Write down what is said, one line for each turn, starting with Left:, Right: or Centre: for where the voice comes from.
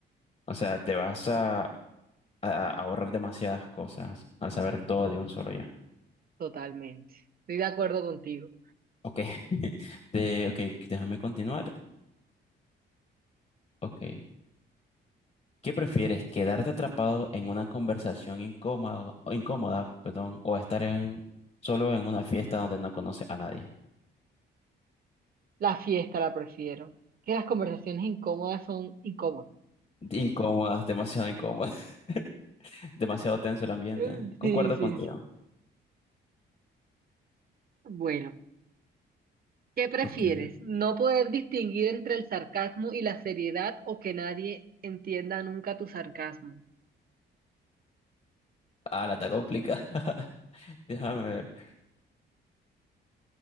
Left: O sea, te vas a, a a ahorrar demasiadas cosas al saber todo de un solo ya.
Right: Totalmente. Estoy de acuerdo contigo.
Left: Ok, <laughs> de, ok, déjame continuar. Ok, ¿qué prefieres? ¿Quedarte atrapado en una conversación incómodo, o incómoda, perdón, o estar en, solo en una fiesta donde no conoces a nadie?
Right: La fiesta la prefiero. Que las conversaciones incómodas son incómodas.
Left: Incómoda, demasiado incómoda, <laughs> demasiado tenso el ambiente.
Right: Eh,
Left: Concuerdo
Right: Sí, sí,
Left: contigo.
Right: sí. Bueno, ¿qué prefieres?
Left: Ok.
Right: ¿No poder distinguir entre el sarcasmo y la seriedad o que nadie entienda nunca tu sarcasmo?
Left: Ah, la está complicada. <laughs> Déjame ver.